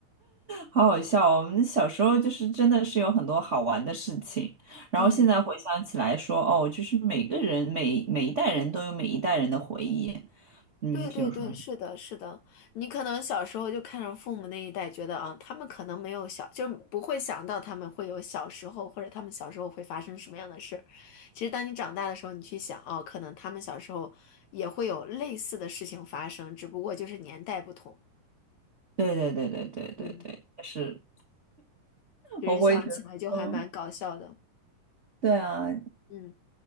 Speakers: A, on the right; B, on the left.
A: 好好笑哦我们小时候就是真的是有很多好玩的事情，然后现在回想起来说，
B: 嗯，
A: 哦，就是每个人每每一代人都有每一代人的回忆。嗯，
B: 对对对，
A: 比如说，
B: 是的，是的。你可能小时候就看上父母那一代，觉得啊，他们可能没有小，就不会想到他们会有小时候，或者他们小时候会发生什么样的事儿。其实，当你长大的时候，你去想，哦，可能他们小时候也会有类似的事情发生，只不过就是年代不同。
A: 对对对对对对对，
B: 嗯，
A: 但是
B: 就是哦想起来就还蛮搞笑的。
A: 我会觉得说，对啊。
B: 嗯。